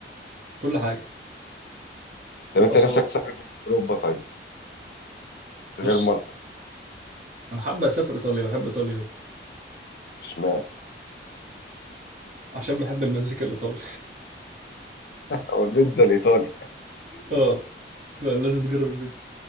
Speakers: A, on the right (about 45°); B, on the left (about 60°).
A: وكل حاجه
B: طب
A: وآثار
B: انت نفسك تسافر فين في اوروبا طيب غير
A: بص
B: مالطا
A: أنا حابة أسافر إيطاليا بحب إيطاليا أوي
B: اشمعنى
A: عشان بحب المزيكا الإيطالي
B: او البيتزا الايطالي
A: <laughs> أه فلازم نجرب البيتزا